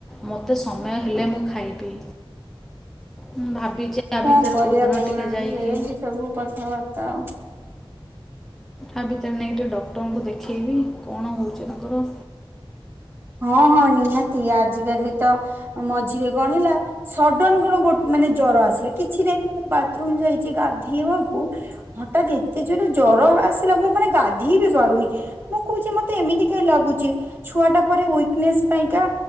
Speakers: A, in the centre; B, on the right (about 25°).
A: ମତେ ସମୟ ହେଲେ ମୁଁ ଖାଇବି। ମୁଁ ଭାବିଛି ଆ
B: କଣ
A: ଭିତରେ
B: କରିବା
A: କେଉଁଦିନ
B: କହୁନାହାଁନ୍ତି?
A: ଟିକେ ଯାଇକି
B: ଏମିତି ସବୁ କଥାବାର୍ତ୍ତା ଆଉ।
A: ଆ ଭିତରେ ନେଇକି ଟିକେ ଡକ୍ଟରଙ୍କୁ ଦେଖେଇବି, କଣ ହଉଛି ତାଙ୍କର?
B: ହଁ, ହଁ, ନିହାତି, ଆଜିକାଲି ତ ମଝିରେ କଣ ହେଲା ସଡନ୍ କଣ ଗୋଟ୍ ମାନେ ଜର ଆସିଲା। କିଛି ନାହିଁ ମୁଁ ବାଥ୍ ରୁମ୍ ଯାଇଛି ଗାଧେଇବାକୁ ହଠାତ୍ ଏତେ ଯୋରେ ଜର ଆସିଲା, ମୁଁ ମାନେ ଗାଧେଇ ବି ପାରୁନି ମୁଁ କହୁଛି ମତେ ଏମିତି କାଇଁ ଲାଗୁଛି? ଛୁଆ ଟା ପରେ ୱିକ୍ ନେସ ପାଇଁକା,